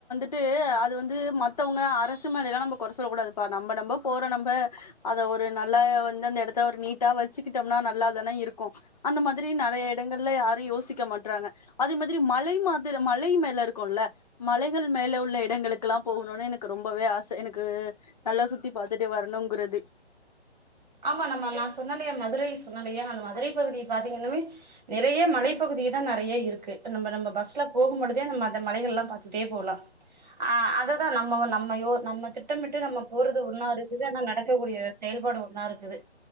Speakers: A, on the left (about 35°); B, on the right (about 40°).
A: விட்டு அது வந்து மற்றவங்க அரசு மேலேல்லா நம்ம கொற சொல்லக்கூடாது பா நம்ம நம்ம போற நம்ப அத ஒரு நல்லா வந்து அந்த எடத்த ஒரு நீட்டா வச்சுக்கிட்டோம்னா நல்லா தானே இருக்கு அந்த மாரி நெறையா எடங்கள்ல யாரு யோசிக்க மாட்றாங்க அதே மாதிரி மலை மலை மே ல இருக்கும்ல மலைகள் மேல உள்ள இடங்களுக்கெல்லா போகணுனு எனக்கு ரொம்பவே ஆச எனக்கு நல்லா சுத்தி பாத்துட்டே வரணுங்குறது
B: ஆமா நம்மா நா சொன்லயா மதுரை சொன்லயா இல்லையா அந்த மதுரை பகுதிய பாத்தீங்கனாவே நிறைய மலைப்பகுதி தா நெறையா இருக்கு நம்ம நம்ப பஸ்ல போகும்பொழுதே நம்ம அந்த மலைகள் எல்லா பாத்துட்டே போலா ஆ அதுதா நம்ம நம்மையோ நம்ம திட்டமிட்டு போறது ஒண்ணா இருச்சது ஆனா நடக்கக்கூடிய செயல்பாடு ஒ ண்ணா இருக்குது